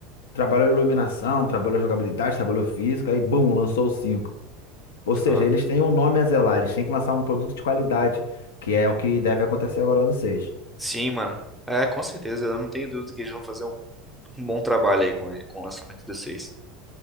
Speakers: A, on the left (about 80°); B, in the centre.
A: trabalhou iluminação, trabalhou jogabilidade, trabalhou física, aí bum, lançou o cinco Ou
B: Pronto.
A: seja, eles têm um nome a zelar, eles têm que lançar um produto de qualidade, que é o que deve acontecer agora no 6.
B: Sim, mano. É, com certeza. Eu não tenho dúvida que eles vão fazer um, um bom trabalho aí com, com o lançamento do 6.